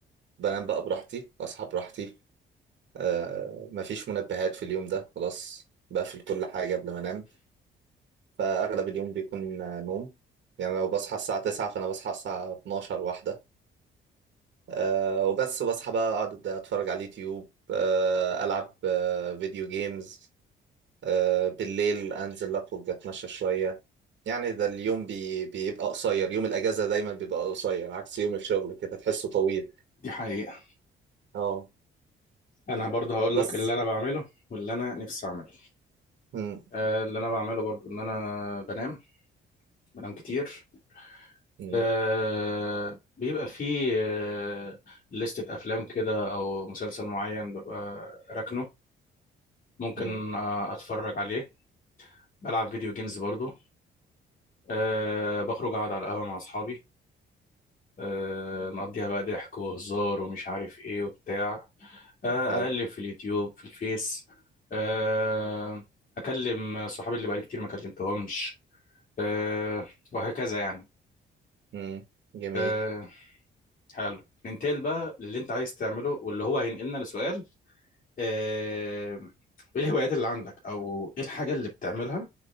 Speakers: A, on the right; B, on the left.
A: بنام بقى براحتي اصحى براحتي آه مفيش منبهات في اليوم ده خلاص بقفل كل حاجة قبل ما انام فاغلب اليوم بيكون آه، نوم يعني لو بصحى الساعة 9 فانا بصحى الساعة 12 واحدة آه وبس وبصحى بقى اقعد اتفرج على اليوتيوب آه العب آه فيديو جيمز آه بالليل انزل اخرج اتمشى شويه يعني ده اليوم بي بيبقى قصير يوم الاجازه دايما بيبقى قصير عكس يوم الشغل كده تحسه طويل
B: دي حقيقة
A: اه
B: انا برضه هقول
A: بس
B: لك اللي انا بعمله واللي انا نفسي اعمله
A: مم.
B: آه، اللي انا بعمله برضو ان انا بنام بنام كتير
A: مم.
B: آه، بيبقى فيه آه، لستة افلام كده او مسلسل معين ببقى راكنه ممكن
A: مم.
B: آه، اتفرج عليه بلعب فيديو جيمز برضو آه، بخرج اقعد على القهوة مع اصحابي آه، نقضيها بقى ضحك وهزار ومش عارف ايه وبتاع آه،
A: حلو
B: اقلب في اليوتيوب في الفيس آه، اكلم صحابي اللي بقالي كتير ما كلمتهمش آه، وهكذا يعني
A: مم. جميل
B: آه، حلو ننتقل بقى للي انت عايز تعمله واللي هو هينقلنا لسؤال آه، ايه الهوايات اللي عندك او ايه الحاجة اللي بتعملها